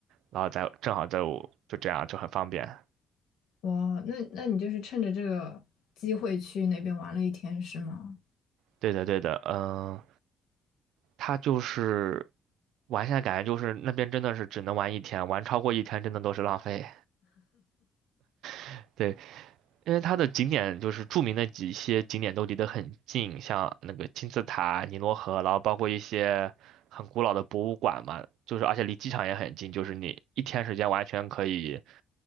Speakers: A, on the right; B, on the left.
A: 然后再正好再，就这样就很方便。
B: 我那那你就是趁着这个机会去那边玩了一天是吗？
A: 对的，对的，嗯，他就是玩下来感觉就是那边真的是只能玩一天，玩超过一天真的都是浪费。<laughs> 对，因为它的景点就是著名的几些景点都离得很近，像那个金字塔、尼罗河，然后包括一些很古老的博物馆嘛，就是而且离机场也很近，就是你一天时间完全可以